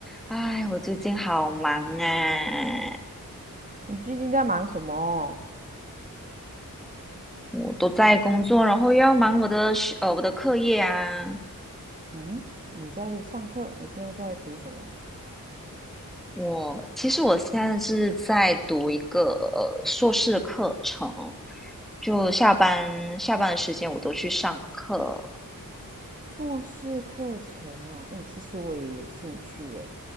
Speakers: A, in the centre; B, on the right.
A: 唉，我最近好忙啊，
B: 你最近在忙什么？
A: 我都在工作，然后又要忙我的学呃我的课业啊。
B: 嗯，你在上课？你现在在读什么？
A: 我其实我现在是在读一个呃硕士的课程，就下班下班的时间我都去上课。
B: 硕士课程啊？诶，其实我也有兴趣耶，